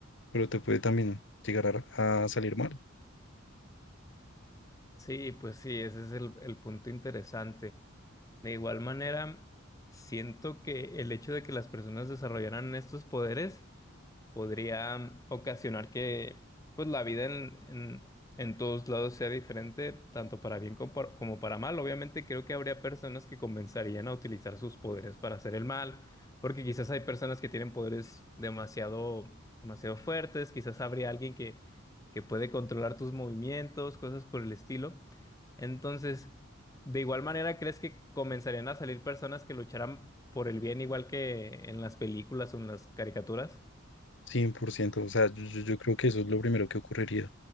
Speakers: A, on the left; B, on the left.
A: pero te puede también llegar a, a salir mal,
B: Sí, pues sí, ese es el, el punto interesante. De igual manera, siento que el hecho de que las personas desarrollaran estos poderes podría ocasionar que pues la vida en, en, en todos lados sea diferente, tanto para bien como para, como para mal. Obviamente creo que habría personas que comenzarían a utilizar sus poderes para hacer el mal, porque quizás hay personas que tienen poderes demasiado, demasiado fuertes, quizás habría alguien que, que puede controlar tus movimientos, cosas por el estilo. Entonces, de igual manera, ¿crees que comenzarían a salir personas que lucharán por el bien igual que en las películas o en las caricaturas?
A: cien por ciento o sea, yo, yo yo creo que eso es lo primero que ocurriría,